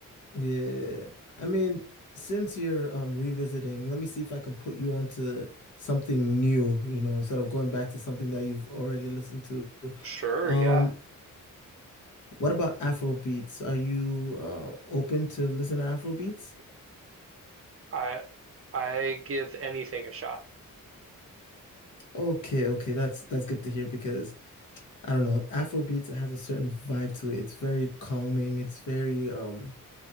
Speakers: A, on the left; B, on the right.
A: Yeah. I mean, since you're um revisiting, let me see if I can put you onto something new, you know, instead of going back to something that you've already listened to.
B: Sure.
A: Um,
B: Yeah.
A: what about Afro beats? Are you uh open to listen to Afro beats?
B: I I give anything a shot.
A: Okay, okay, that's that's good to hear because I don't know, Afro beats it has a certain vibe to it. It's very calming, it's very um